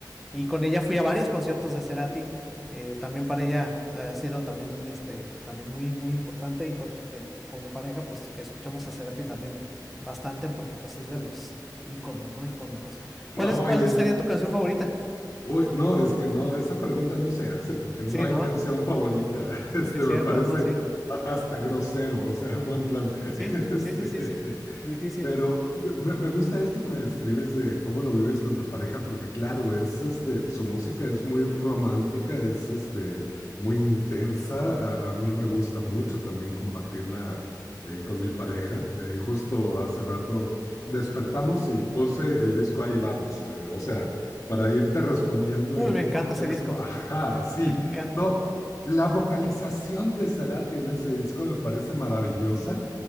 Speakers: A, in the centre; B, on the left (about 35°).
A: Y con ella fui a varios conciertos de Cerati. Eh, también para ella eh, ha sido también este también muy muy importante y pues eh, como pareja pues escuchamos a Cerati también bastante porque pues es de los íconos, ¿no? Icónicos.
B: No,
A: ¿Cuál es cuál
B: y es,
A: sería tu canción favorita?
B: uy, no, es que no, esa pregunta no se hace porque
A: Sí,
B: no hay
A: ¿no?
B: canción favorita. <laughs> Este
A: Sí, es
B: me
A: cierta,
B: parece
A: ¿no? Sí.
B: a-
A: Es-
B: hasta grosero, o sea, en buen plan.
A: sí,
B: <laughs> Este,
A: sí, sí, sí, sí. Difícil.
B: pero me, me gusta esto que me describes de cómo lo vives con tu pareja, porque claro, es este, su música es muy romántica, es este, muy intensa. A, a mí me gusta mucho también compartirla eh, con mi pareja. Eh, justo hace rato despertamos y puse el disco Ahí vamos. eh, o sea, para irte respondiendo
A: Uy,
B: en
A: me
B: qué
A: encanta
B: contexto.
A: ese disco.
B: Ajá, sí.
A: Me encanta.
B: No, la vocalización de Cerati en ese disco me parece maravillosa